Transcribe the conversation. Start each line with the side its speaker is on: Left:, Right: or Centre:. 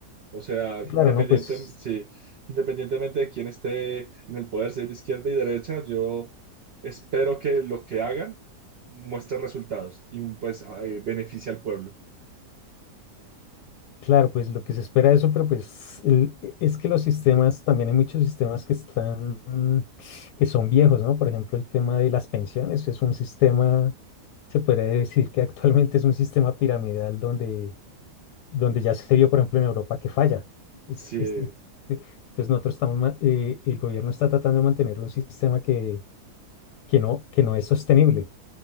Right: O sea, independiente,
Left: Claro, no, pues
Right: sí, independientemente de quién esté en el poder, si es de izquierda y derecha, yo espero que lo que hagan muestre resultados y pues eh, beneficie al pueblo.
Left: Claro, pues lo que se espera de eso, pero pues el- e- es que los sistemas, también hay muchos sistemas que están, que son viejos, ¿no? Por ejemplo, el tema de las pensiones es un sistema, se podría decir que actualmente es un sistema piramidal donde, donde ya se vio, por ejemplo, en Europa que falla. Es-
Right: Sí,
Left: Este, e- entonces nosotros estamos, ma- eh, el gobierno está tratando de mantener un sistema que, que no, que no es sostenible.